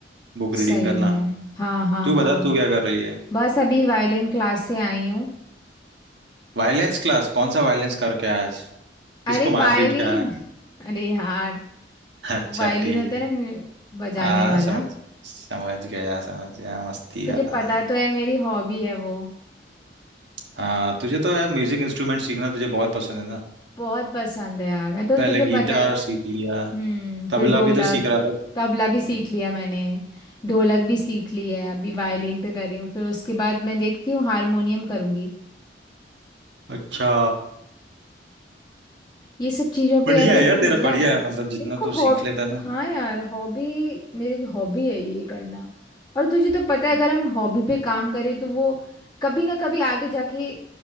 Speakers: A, on the right (about 85°); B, on the left (about 25°).
A: बुक रीडिंग
B: सही
A: करना
B: है हाँ हाँ
A: तू
B: हाँ
A: बता तू क्या कर रही है
B: बस अभी वायलिन क्लास से आई हूँ
A: Violin class कौन सा वायलेंस करके आया आज किसको
B: अरे वायलिन
A: मार पीट के आया
B: <laughs> अरे यार
A: <laughs> अच्छा
B: वो वायलिन
A: ठीक
B: होता
A: है
B: है ना म्यू- बजाने
A: हाँ
B: वाला
A: समझ समझ गया समझ गया मस्ती
B: तुझे
A: कर रहा
B: पता
A: था
B: तो है मेरी हॉबी है वो
A: हाँ तुझे तो यार म्यूजिक इंस्ट्रूमेंट सीखना तुझे बहुत पसंद है ना
B: बहुत पसंद है यार मैं तो
A: पहले
B: तुझे
A: गिटार
B: पता है
A: सीख लिया
B: हम्म
A: तबला
B: फिर ढोलक
A: भी तो सीख रहा था
B: तबला
A: हम्म,
B: भी सीख लिया मैंने ढोलक भी सीख ली है अभी वायलिन पे कर रही हूँ फिर उसके बाद मैं देखती हूँ हारमोनियम करूँगी
A: अच्छा
B: ये सब चीजों पे
A: बढ़िया
B: यार मेरे
A: है यार
B: को मजा
A: तेरा बढ़िया
B: आता है
A: है मतलब जितना
B: मेरे को
A: तू
B: हॉब
A: सीख लेता है ना
B: हाँ यार हॉबी मेरी हॉबी है ये करना और तुझे तो पता है
A: हम्म,
B: अगर हम हॉबी पे काम करें तो वो कभी ना कभी आगे जाके